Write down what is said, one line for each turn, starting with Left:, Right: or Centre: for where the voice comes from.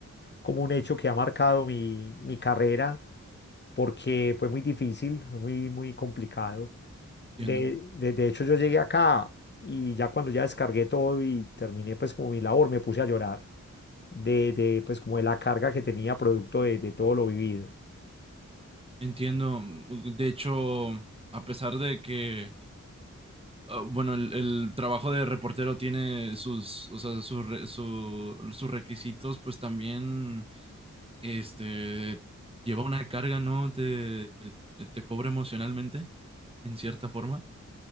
Left: como un hecho que ha marcado mi, mi carrera porque fue muy difícil, fue muy, muy complicado.
Right: Entiendo.
Left: De, de, de hecho, yo llegué acá y ya cuando ya descargué todo y terminé pues como mi labor, me puse a llorar de, de pues como de la carga que tenía producto de, de todo lo vivido.
Right: Entiendo. De hecho, a pesar de que Ah, Bueno, el, el trabajo de reportero tiene sus, o sea, sus, re- su- sus requisitos, pues también, este, lleva una carga, ¿no? Te, te cobra emocionalmente, en cierta forma.